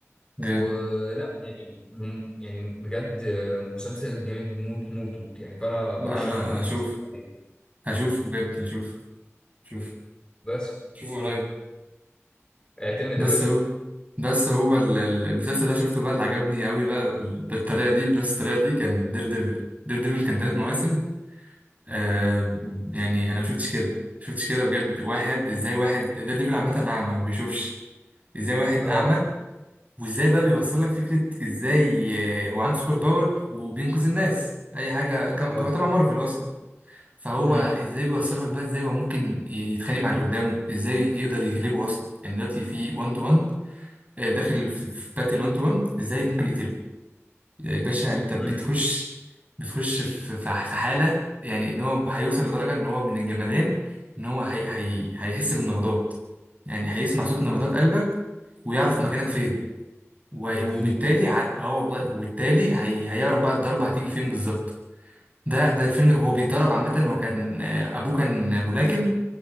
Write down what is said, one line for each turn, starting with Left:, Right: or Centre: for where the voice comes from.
Right: جامد
Left: ولا يعني مم- يعني بجد آه، مسلسل جامد موت موت موت يعني فأنا
Right: لا
Left: برشحك
Right: لا
Left: إن أنت
Right: هشوف
Left: تتفرج عليه
Right: هشوف بجد هشوف شوف
Left: بس
Right: شوفه قريب
Left: اعتمد
Right: بس
Left: يا باشا
Right: هو بس هو ال- ال- المسلسل اللي أنا شفته بقى اللي عجبني قوي بقى بال- بالطريقه دي بنفس الطريقه دي كان دير ديفل دير ديفل كان ثلاث مواسم آه يعني انا ما شفتش كده ما شفتش كده بجد واحد ازاي واحد دير ديفل عامه اعمى ما بيشوفش ازاي واحد
Left: اه
Right: اعمى وازاي بقى بيوصل لك فكره ازاي آه، هو عنده سوبر باور وبينقذ الناس اي حاجه كان
Left: اه
Right: كان تبع مارفل اصلا فهو
Left: امم
Right: ازاي بيوصل لك بقى ازاي هو ممكن يتخانق مع اللي قدامه ازاي يقدر يغلبه اصلا يعني دلوقتي في 1 تو 1 داخل في في باتل 1 تو 1 ازاي ممكن يقتله يا باشا انت بتخش
Left: امم
Right: بتخش في في في حالة يعني ان هو هيوصل لدرجة ان هو من الجمدان ان هو هي هي هيحس بالنبضات يعني هيسمع صوت نبضات قلبك ويعرف مكانك فين وهي-
Left: يا
Right: وبالتالي
Left: ديني
Right: ع- اه والله وبالتالي هي هيعرف بقى الضربة هتيجي فين بالظبط ده ده الفيلم هو بيتدرب عامة هو كان آه، أبوه كان ملاكم